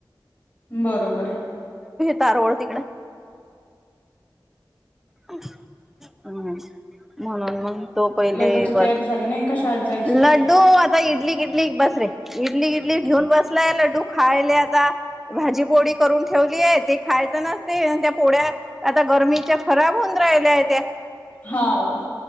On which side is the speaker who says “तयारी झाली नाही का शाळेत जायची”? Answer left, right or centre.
Left